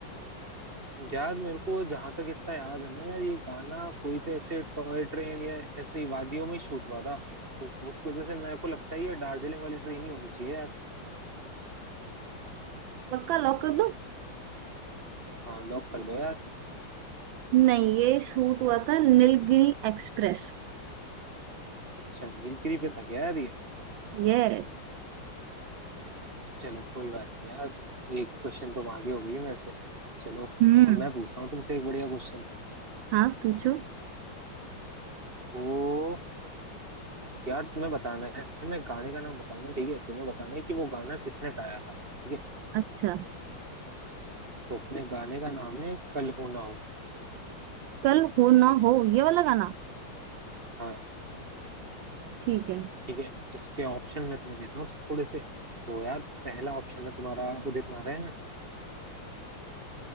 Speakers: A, on the right; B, on the right.
A: यार मेरे को जहां तक इतना याद है ना यार ये गाना कोई तो ऐसे टॉय ट्रेन या ऐसे ही वादियों में शूट हुआ था तो उस वजह से मेरे को लगता है ये दार्जिलिंग वाली ट्रेन ही होनी चाहिए यार
B: पक्का लॉक कर दो
A: हाँ लॉक कर दो यार
B: नहीं ये शूट हुआ था नीलगिरी एक्सप्रेस
A: अच्छा नीलगिरी पे था क्या यार ये
B: यस
A: ए, चलो कोई बात नहीं यार एक क्वेश्चन तुम आगे हो गई मेरे से चलो
B: हम्म
A: अब मैं पूछता हूँ तुमसे एक बढ़िया क्वेश्चन
B: हाँ पूछो
A: तो यार तुम्हें बताना है मैं गाने का नाम बताऊंगा ठीक है तुम्हें बताना है कि वो गाना किसने गाया था ठीक है
B: अच्छा
A: तो अपने गाने का नाम है कल हो ना हो
B: कल हो ना हो ये वाला गाना
A: हाँ
B: ठीक है
A: ठीक है इसके ऑप्शन मैं तुम्हें देता हूँ थोड़े से तो यार पहला ऑप्शन है तुम्हारा उदित नारायण